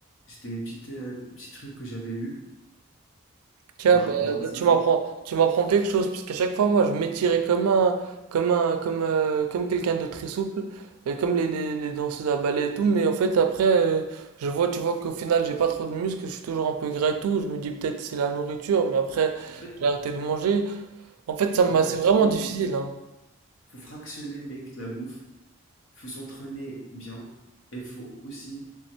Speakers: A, on the left; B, on the right.
A: c'était une petite euh, petit truc que j'avais lu
B: Tiens,
A: par
B: bah,
A: rapport à
B: là,
A: ça.
B: tu m'apprends, tu m'apprends quelque chose, parce qu'à chaque fois, moi, je m'étirais comme un, comme un, comme, euh, comme quelqu'un de très souple, et comme les, les, les danseuses à ballet et tout, mais en fait, après, euh, je vois, tu vois qu'au final, j'ai pas trop de muscles, je suis toujours un peu gras et tout, je me dis peut-être c'est la nourriture, mais après,
A: En fait,
B: j'ai arrêté de manger. En fait, ça m'a,
A: en fait,
B: c'est vraiment
A: faut
B: difficile, hein.
A: faut fractionner, mec, la bouffe. Faut s'entraîner bien. Et faut aussi,